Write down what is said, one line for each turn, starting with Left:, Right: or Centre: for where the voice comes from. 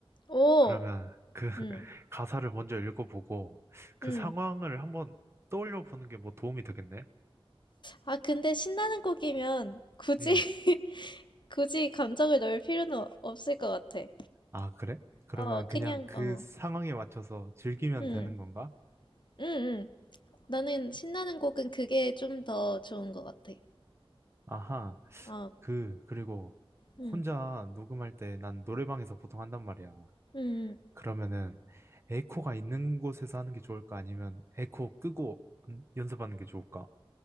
Left: 오,
Right: 그러면 그
Left: 음,
Right: <laughs> 가사를 먼저 읽어보고 그
Left: 음.
Right: 상황을 한번 떠올려 보는 게 뭐 도움이 되겠네?
Left: 아, 근데 신나는 곡이면 굳이
Right: 음.
Left: <laughs> 굳이 감정을 넣을 필요는 어- 없을 것 같아.
Right: 아, 그래? 그러면
Left: 어,
Right: 그냥
Left: 그냥
Right: 그
Left: 어,
Right: 상황에 맞춰서 즐기면
Left: 음,
Right: 되는 건가?
Left: 음, 음. 나는 신나는 곡은 그게 좀 더 좋은 것 같아.
Right: 아하.
Left: 어,
Right: 그, 그리고
Left: 음,
Right: 혼자 녹음할 때 난 노래방에서 보통 한단 말이야.
Left: 음. 음.
Right: 그러면은 에이코가 있는 곳에서 하는 게 좋을까? 아니면 에이코 끄고 음, 연습하는 게 좋을까?